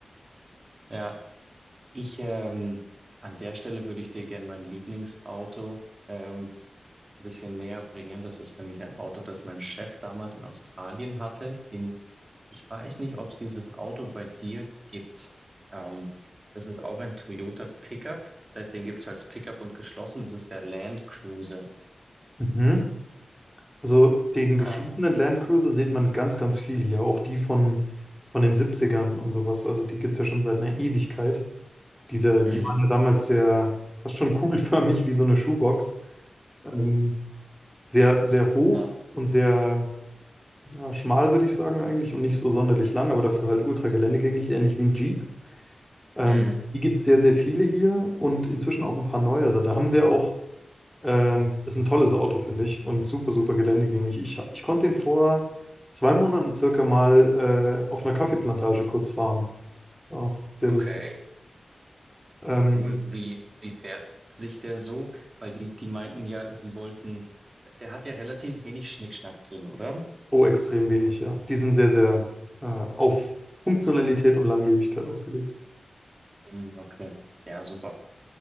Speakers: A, on the right; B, in the centre.
A: Ja, ich ähm, an der Stelle würde ich dir gerne mein Lieblingsauto ähm, ein bisschen näher bringen. Das ist nämlich ein Auto, das mein Chef damals in Australien hatte, den Ich weiß nicht, ob es dieses Auto bei dir gibt. Ähm, das ist auch ein Toyota Pickup. Der- Den gibt es als Pickup und geschlossen. Das ist der Land Cruiser.
B: Mhm. Also den geschlossenen
A: Ah,
B: Landcruiser sieht man ganz, ganz viel hier, auch die von, von den Siebzigern und sowas. Also die gibt es ja schon seit einer Ewigkeit. Diese, die
A: mhm.
B: waren ja damals sehr, fast schon kugelförmig wie so eine Schuhbox. Ähm, sehr, sehr hoch
A: Ja,
B: und sehr ja, schmal, würde ich sagen eigentlich, und nicht so sonderlich lang, aber dafür halt ultra geländegängig, ähnlich wie ein Jeep. Ähm,
A: mhm.
B: die gibt es sehr, sehr viele hier und inzwischen auch ein paar neuere. Da haben sie ja auch ähm, ist ein tolles Auto, finde ich, und super, super geländegängig. Ich, ich konnte den vor zwei Monaten circa mal äh, auf einer Kaffeeplantage kurz fahren. Auch sehr
A: Okay,
B: lustig. Ähm,
A: cool. Wie, wie fährt sich der so? Weil die, die meinten ja, sie wollten, der hat ja relativ wenig Schnickschnack drin, oder?
B: oh, extrem wenig, ja. Die sind sehr, sehr äh, auf Funktionalität und Langlebigkeit ausgelegt.
A: Mhm, okay. Ja, super.